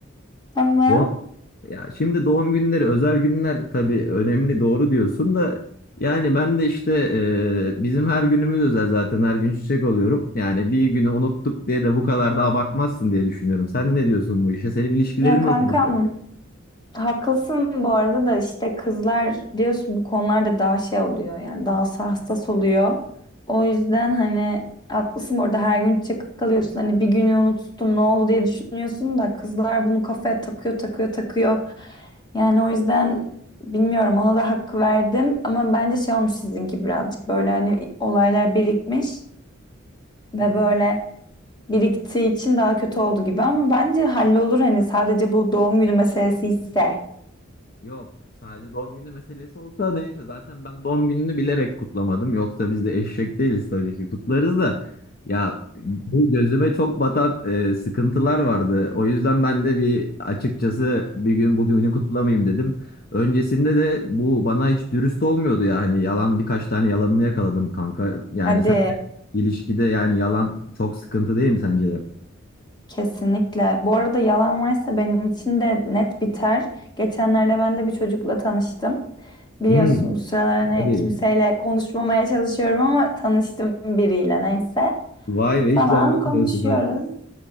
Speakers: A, on the left; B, on the left.
A: Ama
B: Bu ya şimdi doğum günleri özel günler tabii önemli doğru diyorsun da yani ben de işte e, bizim her günümüz özel zaten her gün çiçek alıyorum. Yani bir günü unuttuk diye de bu kadar da abartmazsın diye düşünüyorum. Sen ne diyorsun bu işe? Senin ilişkilerin
A: ya kankam
B: nasıl gidiyor?
A: Haklısın bu arada da işte kızlar biliyorsun bu konularda daha şey oluyor yani daha hassas oluyor. O yüzden hani haklısın orada her gün çakık alıyorsun hani bir günü unuttum ne oldu diye düşünüyorsun da kızlar bunu kafaya takıyor takıyor takıyor. Yani o yüzden bilmiyorum ona da hak verdim ama bence şey olmuş sizinki birazcık böyle hani olaylar birikmiş ve
B: Evet.
A: böyle biriktiği için daha kötü oldu gibi ama bence hallolur hani sadece bu doğum günü meselesi ise.
B: Yok sadece doğum günü meselesi olsa neyse zaten ben doğum gününü bilerek kutlamadım. Yoksa biz de eşek değiliz tabii ki kutlarız da. Ya bu gözüme çok batan e, sıkıntılar vardı. O yüzden ben de bir açıkçası bir gün bugünü kutlamayayım dedim. Öncesinde de bu bana hiç dürüst olmuyordu ya. Hani yalan birkaç tane yalanını yakaladım kanka. Yani
A: Hadi
B: sence ilişkide yani yalan çok sıkıntı değil mi sence de?
A: kesinlikle. Bu arada yalan varsa benim için de net biter. Geçenlerde ben de bir çocukla tanıştım. Biliyorsun
B: Hmm,
A: bu sıralar hani
B: hadi.
A: kimseyle konuşmamaya çalışıyorum ama tanıştım biriyle neyse.
B: Vay be
A: Falan
B: hiç de anlatmıyorsun
A: konuşuyoruz.
B: ha.